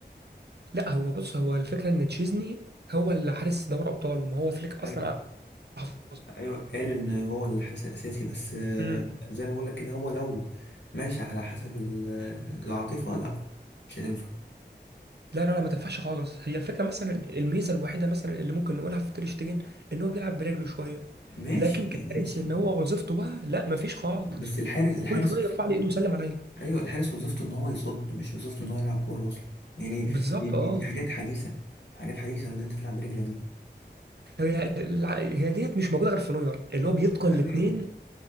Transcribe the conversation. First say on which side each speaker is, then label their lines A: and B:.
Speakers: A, on the right; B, on the left.
A: لا هو بص هو الفكره ان تشيزني هو اللي حارس دوري ابطال ما هو فليك اصلا
B: ايوه
A: أحسن
B: ايوه قال ان هو الحارس الاساسي بس آه،
A: حارس.
B: زي ما بقول لك كده هو لو ماشي على حسب ال- العاطفه لا مش هتنفع
A: لا لا لا ما تنفعش خالص هي الفكره مثلا الميزه الوحيده مثلا اللي ممكن نقولها في تير شتيجن ان هو بيلعب برجله شويه
B: ماشي
A: لكن كفارس
B: ماشي
A: ان هو وظيفته بقى لا ما فيش خالص
B: بس الحارس الحارس
A: كل شويه
B: اصلا
A: يرفع لي ايده ويسلم عليا
B: ايوه الحارس وظيفته ان هو يصد مش وظيفته ان هو يلعب كوره اصلا يعني
A: بالظبط
B: دي دي,
A: اه
B: دي حاجات حديثه حاجات حديثه اللي انت تلعب برجلك دي
A: هي الع- هي ديت مش موجوده غير في نوير اللي هو بيتقن
B: لا
A: الاثنين
B: نوير